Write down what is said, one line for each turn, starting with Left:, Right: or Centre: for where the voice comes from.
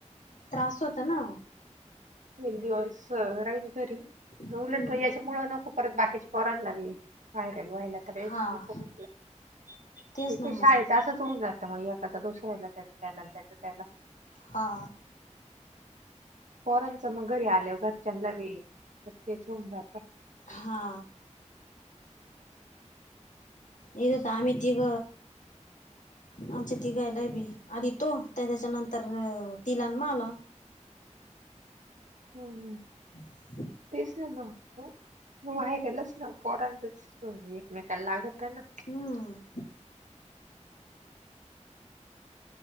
Left: त्रास होतं ना
Right: ऐक दिवस राहीन घरी,
Left: हम्म.
Right: उलट याच्यामुळं ना बाकीच्या पोरांना व्हायरल व्हायला आता नको,
Left: हा
Right: <inaudible>
Left: तेच
Right: ते
Left: ना
Right: का
Left: मग
Right: शाळेत असंच होऊन जातं. त्या मग एकाचा दोष राहिला त्या त्याला आणि त्याच त्याला
Left: हा.
Right: पोरांनच मग घरी आल्यावर घरच्यांना बी तर तेच होऊन, जात.
Left: हा. इत तर आम्ही तिग आमच्या तिघायला बी आधी तो त्याच्या नंतर तिला अण मला
Right: हम् हम्.
Left: <inaudible>
Right: तेच ना मग व्हायरलच ना पोरांचच एकमेकाला लागतय ना
Left: हम